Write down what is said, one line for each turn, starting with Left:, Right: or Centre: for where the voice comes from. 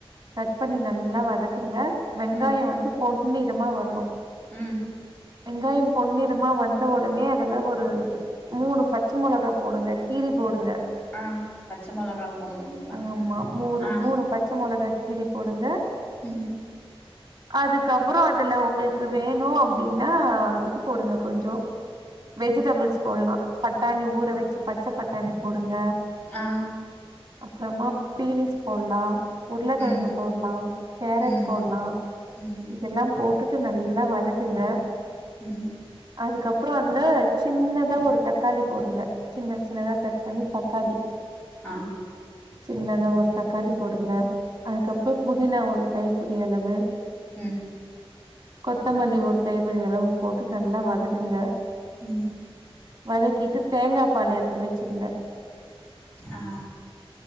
Right: கட் பண்ணி நல்லா வதக்குங்க வெங்காய
Left: ம்
Right: வந்து பொன்னிறமா வரணு
Left: ம்
Right: வெங்காயம் பொன்னிறமா வந்த ஒடனே அதுல ஒரு மூணு பச்ச மொளகா போடுங்க கீறி போடுங்க
Left: ஆ பச்சை மொளகா போட்ணுங்ளா
Right: ஆமா மூறு
Left: ஆ
Right: மூணு பச்ச மோளகா கீரி போடுங்க
Left: ம்
Right: அதுக்கப்பற அதுல உங்களுக்கு வேணு அப்டின்னா இது போடுங்க கொஞ்சோ வெஜிடபள்ஸ் போடுலா பட்டாணி ஊற வச்சு பச்ச பட்டாணி போடுங்க
Left: ஆ
Right: அப்பறமா பீன்ஸ் போட்லா உருளக்கிழங்கு
Left: ம்
Right: போடுலா கரட்
Left: ம்
Right: போடுலா
Left: ம்
Right: இதல்லா போட்டுட்டு நல்லா வதக்குங்க
Left: ம்
Right: அதுக்கு அப்பற வந்து சின்னதா ஒரு தக்காளி போடுங்க சின்ன சின்னதா கட் பண்ணி தக்காளி
Left: ஆ
Right: சின்னதா ஒரு தக்காளி போடுங்க அதுக்கு
Left: ம்
Right: அப்பற புதினா ஒரு கைப்புடி அளவு
Left: ம்
Right: கொத்தமல்லி ஒரு கைபுடி அளவு போட்டு நல்லா வதக்குங்க
Left: ம்
Right: வதக்கிட்டு தேங்கா பால் எடுத்து வச்சிருங்க
Left: ஆ